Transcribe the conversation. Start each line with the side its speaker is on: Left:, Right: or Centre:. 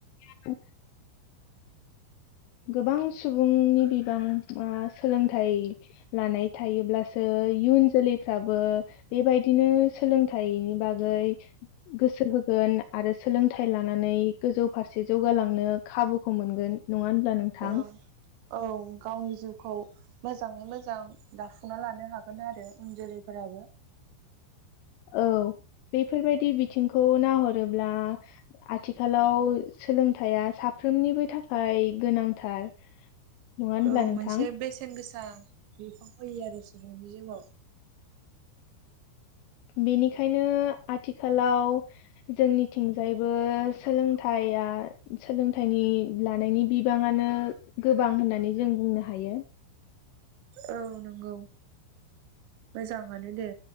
Left: <inaudible> गोबां सुबुंनि बिबाङा सोलोंथाइ लानाय थायोब्लासो इयुन जोलैफ्राबो बेबायदिनो सोलोंथाइनि बागै गोसो होगोन आरो सोलोंथाइ लानानै गोजौ फारसे जौगालांनो खाबुखौ मोनगोन। नङा होनब्ला नोंथां
Right: औ औ गावनि जिउखौ मोजाङै मोजां दाफुंना लानो हागोन आरो उन जोलैफोराबो
Left: औ बेफोरबायदि बिथिंखौ नाहरोब्ला आथिखालाव सोलोंथायाइया साफ्रोमनिबो थाखाय गोनांथार। नङा होनब्ला
Right: औ
Left: नोंथां
Right: मोनसे बेसेन गोसा बिफां फयो आरो सुबुंनि जिउआव
Left: बेनिखायनो आथिखालाव जोंनिथिंजायबो सोलोंथाइया सोलोंथाइनि लानायनि बिबाङानो गोबां होननानै जों बुंनो हायो।
Right: औ नंगौ मोजाङानो दे